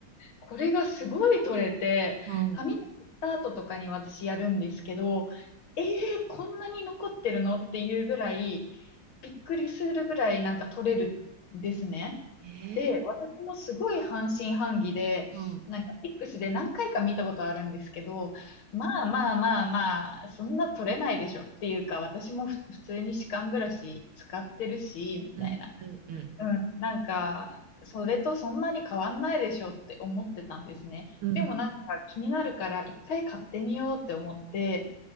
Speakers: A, on the left; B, on the right.
A: これがすごい取れて、
B: うん、
A: 髪の切った後とかに私やるんですけど、
B: うん、
A: ええー、こんなに残ってるのっていうぐらい、びっくりするぐらいなんか取れるんですね。
B: ええ、
A: で、私もすごい半信半疑で、
B: うん。
A: なんか X で何回か見たことあるんですけど、まあまあまあまあ、そんな取れないでしょっていうか、私もふ普通に歯間ブラシ使ってるし、みたいな。
B: うん、うん、うん、
A: うん。なんか、それとそんなに変わんないでしょって思ってたんですね。
B: うん。
A: でもなんか気になるから一回買ってみようって思って、